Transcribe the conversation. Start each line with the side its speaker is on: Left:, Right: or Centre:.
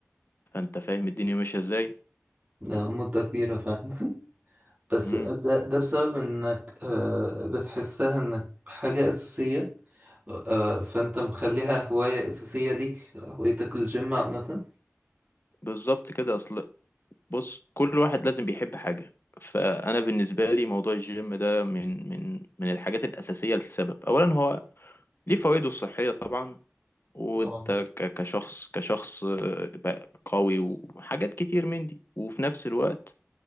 Left: فانت فاهم الدنيا ماشيه ازاي
Right: ده مدة كبيرة فعلا <laughs> بس
Left: امم
Right: ده ده بسبب إنك آه، بتحسها إنك حاجة أساسية آه، فأنت مخليها هواية أساسية ليك هوايتك الجيم عامة
Left: بالظبط كده اصل بص كل واحد لازم بيحب حاجة فانا بالنسبة لي موضوع الجيم ده من من من الحاجات الأساسية لسبب اولا هو ليه فوائده الصحية طبعا وانت
Right: طبعا
Left: ك- كشخص كشخص آه، بقى قوي وحاجات كتير من دي وفي نفس الوقت